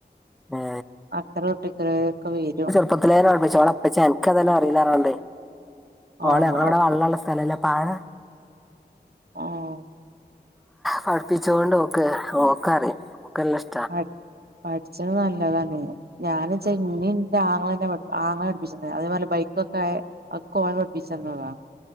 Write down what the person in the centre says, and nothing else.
ഏ
പ്പത്തിലേനെ പഠിപ്പിച്ചു ഓളെപ്പച്ചി അൻക്കേതായാലും അറിയില്ലാർഞ്ഞ്ക്കാണ്ടേ
ഓളെ ഞങ്ങളവടെ വള്ളള്ളെ സ്ഥലല്ലേ പാടാ
പഠിപ്പിച്ചോണ്ട് ഓക്ക് ഓക്കറിം ഓക്കല്ലഷ്
ഉം,